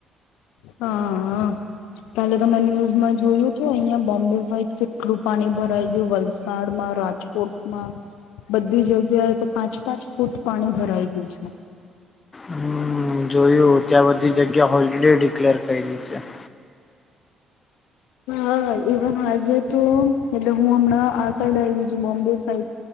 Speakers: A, on the left (about 65°); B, on the left (about 30°).
A: હા હા પેલે તમે ન્યૂઝમાં જોયું તો અહિયા બોમ્બે સાઈડ કેટલું પાણી ભરાઈ ગયું વલસાડમાં, રાજકોટ કોટમાં બધી જગ્યાએ તો પાંચ-પાંચ ફૂટ પાણી ભરાઈ ગયું છે.
B: હમ, જોય. ત્યા બધી જગ્યા હોલિડે ડિક્લેર કરી દી છે.
A: હા, ઇવન હાજે તો એટલે હું હમણાં આ સાઈડ આવી છું, બોમ્બે સાઈડ.